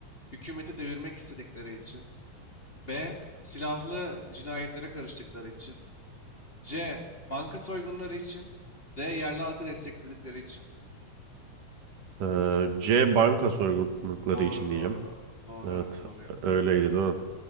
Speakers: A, on the left (about 20°); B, on the right (about 80°).
A: Hükümeti devirmek istedikleri için. B. Silahlı cinayetlere karıştıkları için. C. Banka soygunları için. D. Yerli halkı destekledikleri için.
B: Ee, C banka soygunlukları
A: Doğru
B: için
A: doğru.
B: diyeceğim.
A: Doğru
B: Evet
A: abi doğru yaptın.
B: öyleydi değil mi?